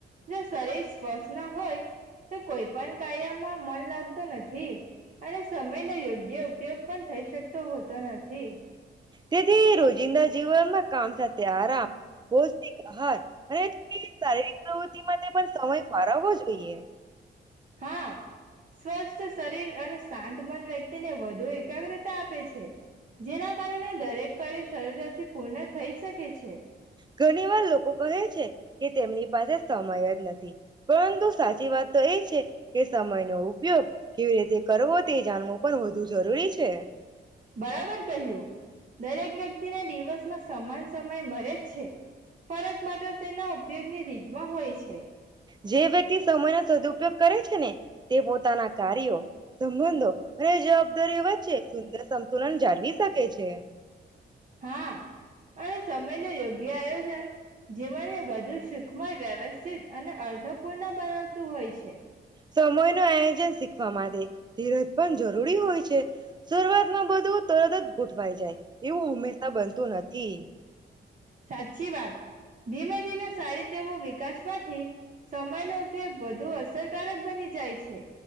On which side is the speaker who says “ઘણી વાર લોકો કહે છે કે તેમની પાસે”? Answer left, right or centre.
Right